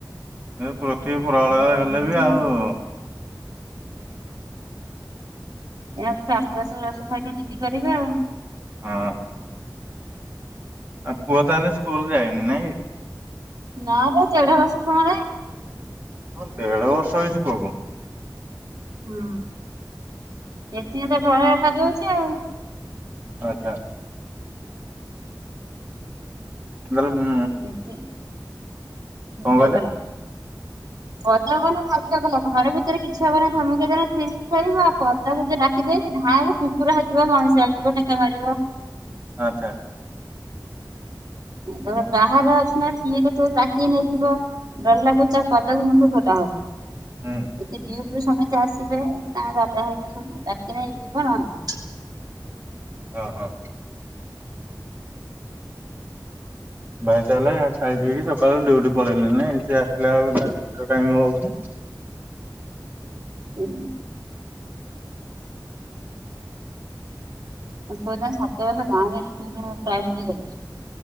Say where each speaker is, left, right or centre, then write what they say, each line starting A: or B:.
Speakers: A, on the right; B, on the right.
A: ଏ ପୃଥିବୀ ପ୍ରଳୟ ହେଲେ
B: ସେଇଆ ଯିବି
A: ବି ଆଉ
B: ଏ ଆସ ରାସ ରୋଷେଇ ଖାଇ ଯିଦି କରିବେ ଆଉ
A: ହଁ। ଆଉ ପୁଅ ତାହେଲେ ସ୍କୁଲ ଯାଇନି ନାଇଁ?
B: ନା ବା ଦେଢ ବର୍ଷ ସମୟ ନହିଁ।
A: ହଁ ଦେଢ ବର୍ଷ ହେଇଛିି ପୁଅକୁ।
B: ହୁଁ, ସେଥି ତ ପଳୟ କରି ଦଉଛି ଆଉ
A: ଆଚ୍ଛା। ତାଲେ ଉଁ
B: ଏତି
A: କଣ
B: ଚଗଲା
A: କହିଲେ
B: କଦ ହବଚ କ ଘର ଭିତରେ କିଛି ହବନ ଧମକ <inaudible> ତା ଡାିଦେ ଘା କୁକୁର ହାଥିବ ମଣିଷ ହଉଥିବ ଟେକା ମାରିବ।
A: ଆଚ୍ଛା।
B: ଏ ତ ବାହରେ ଅଛି ନା କିଏ କେତେବେଳେ ଦାକି ନେଇଯିବ। ଡର ଲାଗୁଛି ଆଉ କଦ ବି ମୁଠୁ ଖୋଲା ହଉନି।
A: ହଁ।
B: ଯତି ଡିଉଟିରୁ ସମସ୍ତେ ଆସିବେ ତାଙ୍କ ରାଜା ହେଇବା ସବୁ ରାତିରେ ହେଇ ଯିବ ରଧ
A: ଓ ହଁ। ଭାଇ ତାହେଲେ ଖାଇ ପିଇକି ସକାଳୁ ଡୁଟି ପଳେଇଲେଣି, ସେ ଆସିଲାହେଲେ କେତେ ଟାଇମ ହବନ
B: ହୁଁ ମୁଁ ପ ସାତ ବଷ ଗାଁରେ ସ୍କୁଲୁ ପ୍ରାଇଭେଟ ଯାଉଛି।